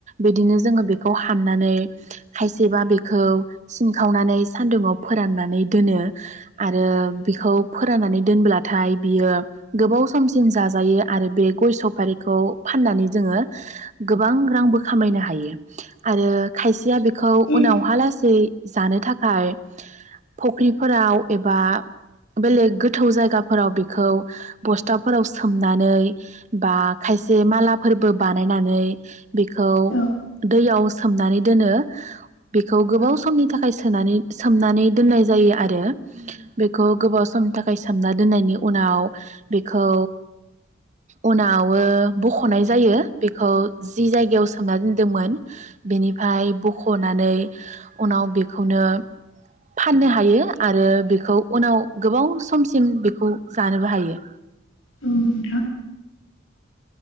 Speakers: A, on the right; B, on the left.
A: बिदिनो जोंङो बे खौ हाननानै खायसेबा बेखौ सिनखावनानै सान्दुुंआव फोराननानै दोनो आरो बिखौ फोराननानै दोनब्लाथाय बियो गोबाव समसिम जाजायो आरो बे गय सफारिखौ फाननानै जोङो गोबां रांबो खामायनो हायो। आरो खायसेया बेखौ
B: औ
A: उनावहा लासै जानो थाखाय फख्रिफोराव एबा बेलेग गोथौ जायगाफोराव बेखौ बस्थाफोराव सोमनानै बा खायसे मालाफोरबो बानायनानै बेखौ
B: औ
A: दैयाव सोमनानै दोनो। बेखौ गोबाव
B: औ
A: समनि थाखाय सोनानै सोमनानै दोननाय जायो आरो बेखौ गोबाव समनि थाखाय सोमना दोननायनि उनाव बेखौ उनावो बख'नाय जायो। बेखौ जि जायगायाव सोमाना दोन दोमोन बेनिफ्राय बख'नानै उनाव बेखौनो फाननो हायो आरो बेखौ उनाव गोबाव समसिम बेखौ जानोबो हायो।
B: औ नोंथां